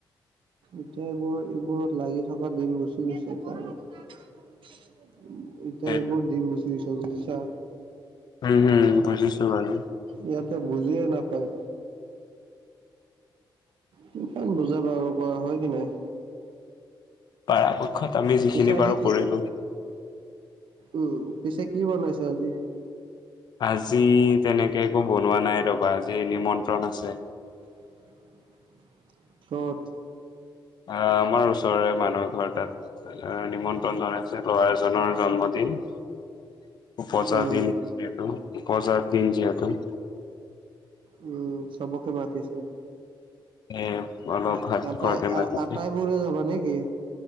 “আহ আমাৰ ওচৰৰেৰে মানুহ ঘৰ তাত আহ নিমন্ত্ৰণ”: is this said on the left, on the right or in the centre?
Left